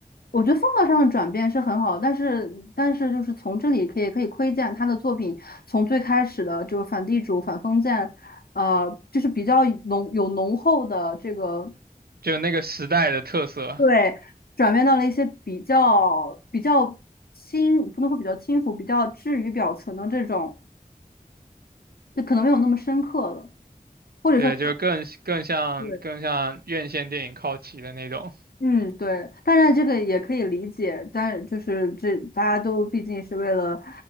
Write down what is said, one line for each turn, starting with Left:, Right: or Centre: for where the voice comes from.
Left: 我觉得风格上的转变是很好，但是但是就是从这里可以可以窥见他的作品从最开始的就是反地主、反封建，呃，就是比较浓有浓厚的这个
Right: 就那个时代的特色，
Left: 对，转变到了一些比较比较轻，不能说比较轻浮，比较置于表层的这种，就可能没有那么深刻了，或者说。
Right: 对，就更更像更像院线电影靠齐的那种。
Left: 对。嗯，对，当然这个也可以理解，但就是这大家都毕竟是为了，